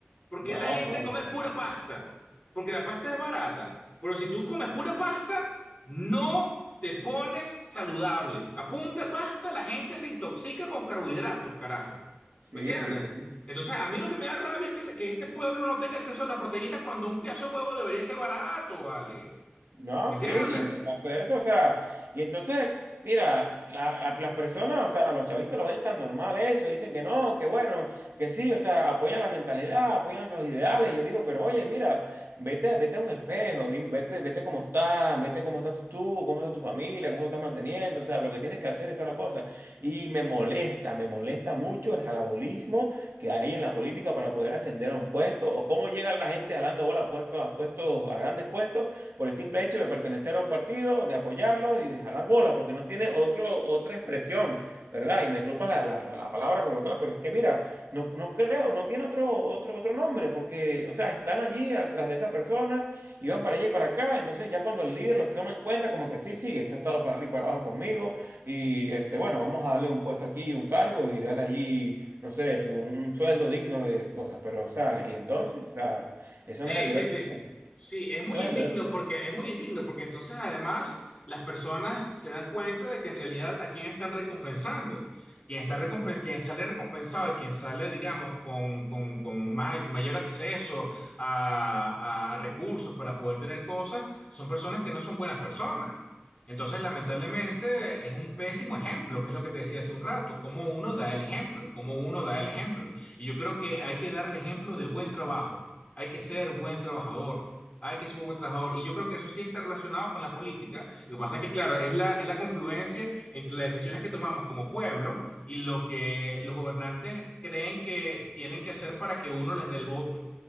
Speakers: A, on the left; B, on the right.
A: Porque
B: No,
A: la gente
B: no,
A: come
B: no. no.
A: pura pasta.
B: no.
A: Porque la pasta es barata. Pero si tú comes pura pasta, no te pones saludable. Apunte pasta, la gente se intoxica con carbohidratos, carajo.
B: Sí,
A: ¿Me entiendes?
B: sí, sí.
A: Entonces, a mí lo que me da rabia es que, que este pueblo no tenga acceso a las proteínas cuando un pedazo de huevo debería ser barato, ¿vale?
B: No,
A: ¿Me entiendes?
B: sí, y aparte de eso, o sea, y entonces, mira, la- a- las personas, o sea, los chavistas lo ven tan normal eso, dicen que no, que bueno, que sí, o sea, apoyan la mentalidad, apoyan los ideales, y yo digo, pero oye, mira, vete, vete a un espejo, dim- vete, vete cómo estás, vete cómo estás tú, tú, cómo está tu familia, cómo lo estás manteniendo, o sea, lo que tienes que hacer y toda la cosa. Y me molesta, me molesta mucho el jalabolismo que hay en la política para poder ascender a un puesto, o cómo llega la gente jalando bola a puestos, a puestos, a grandes puestos por el simple hecho de pertenecer a un partido, de apoyarlo y de jalar bola, porque no tiene otro, otra expresión, ¿verdad? Y me disculpa la, la- la- la palabra como tal, pero es que mira, no, no creo, no tiene otro, otro, otro nombre, porque, o sea, están allí al tras de esa persona y van para allá y para acá, entonces ya cuando el líder los toma en cuenta, como que sí, sí, este ha estado para arriba y para abajo conmigo, y este, bueno, vamos a darle un puesto aquí, un cargo y darle allí, no sé, su- un sueldo digno de cosas, pero, o sea, y entonces, o sea, eso
A: Sí,
B: no es el
A: sí,
B: deber
A: sí.
B: ser, eso
A: Sí, es muy
B: no
A: indigno
B: es el deber ser.
A: porque es muy indigno porque entonces además las personas se dan cuenta de que en realidad a quién están recompensando. Quien está recompen- quien sale recompensado y quien sale, digamos, con, con, con may- mayor acceso a, a recursos para poder tener cosas, son personas que no son buenas personas. Entonces, lamentablemente, es un pésimo ejemplo, que es lo que te decía hace un rato, cómo uno da el ejemplo, cómo uno da el ejemplo. Y yo creo que hay que dar el ejemplo del buen trabajo hay que ser buen trabajador, hay que ser buen trabajador. Y yo creo que eso sí está relacionado con la política. Lo que pasa es que, claro, es la, es la confluencia entre las decisiones que tomamos como pueblo y lo que los gobernantes creen que tienen que hacer para que uno les dé el voto.